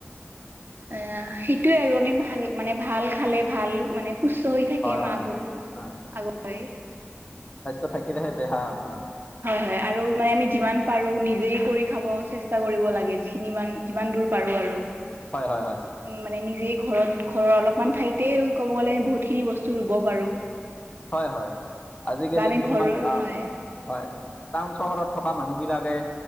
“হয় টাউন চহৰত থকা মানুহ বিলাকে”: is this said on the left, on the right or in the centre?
Left